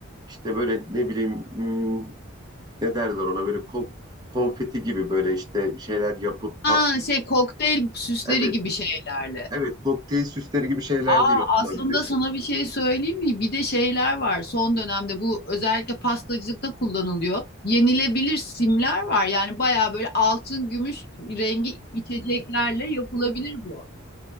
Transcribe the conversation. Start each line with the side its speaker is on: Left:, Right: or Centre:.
Right: işte böyle ne bileyim hmm, ne derler ona böyle ko- konfeti gibi böyle işte şeyler yapıp
Left: Ha
Right: pat.
Left: şey kokteyl süsleri
Right: Evet.
Left: gibi şeylerle.
Right: Evet kokteyl süsleri gibi şeyler
Left: Aa
Right: de yapılabilir.
Left: aslında sana bir şey söyleyeyim mi? Bir de şeyler var. Son dönemde bu özellikle pastacılıkta kullanılıyor. Yenilebilir simler var. Yani bayağı böyle altın gümüş rengi içeceklerle yapılabilir bu.